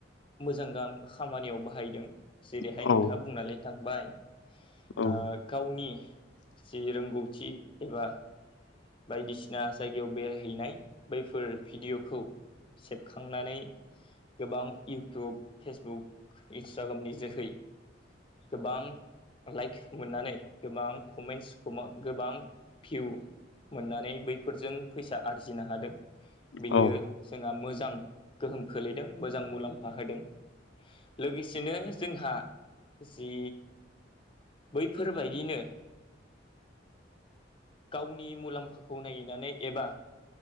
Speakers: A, on the left; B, on the left.
A: मोजां गा खामानियाव बाहायदों जेरैहाय
B: औ
A: नोंथाङा बुंनानै थांबाय ओ
B: औ
A: गावनि जि रोंगौथि एबा बायदिसिना जायगायाव बेरायहैनाय बैफोर भिडिय'खौ सेबखांनानै गोबां इउटुब फेसबुक इन्सटाग्रामनि जोहै गोबां लाइक मोननानै गोबां कमेन्टस गोमा गोबां भिउ मोननानै बैफोरजों फैसा आरजिनो हादों बेयो
B: औ
A: जोंहा मोज जां गोहोम खोलैदों मोजां मुलामफा होदों। लोगोसेनो जोंहा जि बैफोरबायदिनो गावनि मुलामफाखौ नायहैनानै एबा